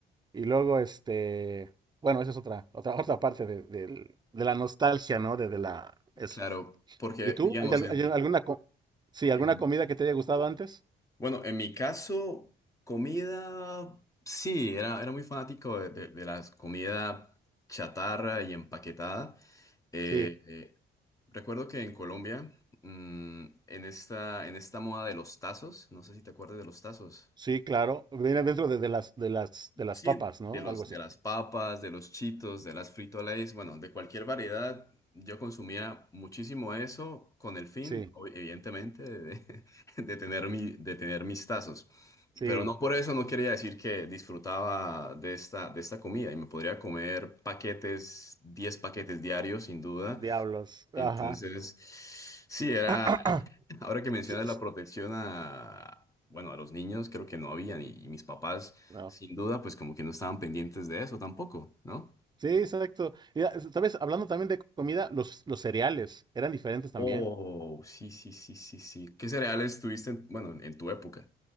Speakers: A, on the right (about 20°); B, on the left (about 15°).
A: Y luego, este, bueno, esa es otra, otra, <laughs> otra parte de, del- de la nostalgia, ¿no? De, de la... Es,
B: claro, porque
A: ¿Y tú?
B: digamos,
A: ¿Hay, al-
B: en,
A: hay
B: mi-
A: alguna, co- sí, alguna
B: en-
A: comida que te haya gustado antes?
B: bueno, en mi caso, comida, sí, era, era muy fanático de, de, de las comida chatarra y empaquetada. Eh,
A: Sí.
B: eh, recuerdo que en Colombia, mm, en esta, en esta moda de los tazos, no sé si te acuerdas de los tazos.
A: Sí, claro. Viene dentro de, de las de las de las
B: Sí,
A: papas, ¿no?
B: de los,
A: Algo así.
B: de las papas, de los chitos, de las Frito Lays, bueno, de cualquier variedad. Yo consumía muchísimo eso con el fin,
A: Sí,
B: ob- evidentemente, de, <laughs> de tener mi, de tener mis tazos.
A: sí.
B: Pero no por eso no quería decir que disfrutaba de esta, de esta comida y me podría comer paquetes, 10 paquetes diarios, sin duda.
A: Diablos. Ajá.
B: Entonces, sí, era,
A: <clears throat> S-
B: Ahora que mencionas
A: s-
B: la protección a, bueno, a los niños, creo que no habían y, y mis papás,
A: No.
B: sin duda, pues como que no estaban pendientes de eso tampoco, ¿no?
A: Sí, exacto. Mira, s- sabes, hablando también de comida, los, los cereales eran diferentes también.
B: Oh, sí, sí, sí, sí, sí. ¿Qué cereales tuviste, en- bueno, en tu época,